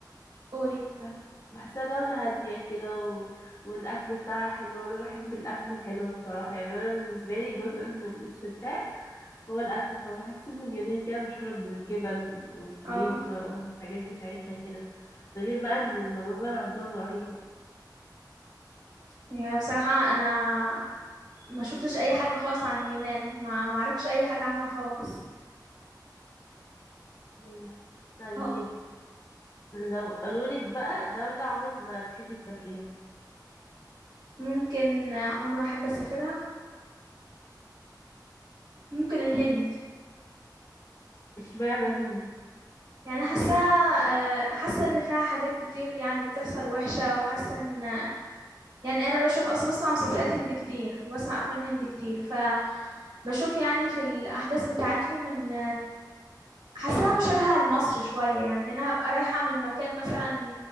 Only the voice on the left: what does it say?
بحس بحسها دولة هادية كده و... والأكل بتاعها حلو أنا بحب الأكل الحلو بصراحة يعني أنا بالنسبة لي جزء من الاستمتاع هو الأكل فبحس إن اليونان كده مشهورة بالجبن والكريمة
والحاجات بتاعتها كده ده غير بقى إن المناظر عندهم رهيبة
لا. طيب
لو قالولك بقى دولة عمرك ما تحبي تسافريها
اشمعنى الهند